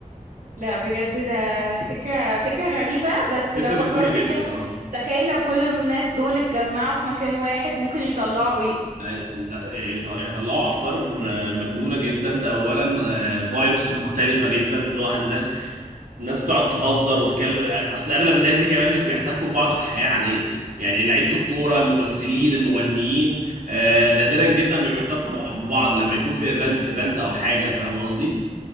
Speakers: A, on the right; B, on the right.
A: لا بجد ده فكرة فكرة غريبة بس
B: فكرة
A: لو فكرت
B: مجنونة جدا
A: فيها
B: اه
A: تخيل لو كل الناس دول اتجمعوا في مكان واحد ممكن يطلعوا ايه
B: اي لا يعني يط- يعني يطلعوا افكار آه، مجنونة جدا ده اولا فايبس مختلفة جدا اللي هو الناس الناس تقعد تهزر وتتكلم اصل اغلب الناس دي كمان مش بيحتكوا ببعض في حياة عادية يعني لعيبة الكورة الممثلين المغنيين آه، نادرا جدا ما بيحتكوا بح- ببعض لما يكون في ايفنت ايفنت او حاجة فاهم قصدي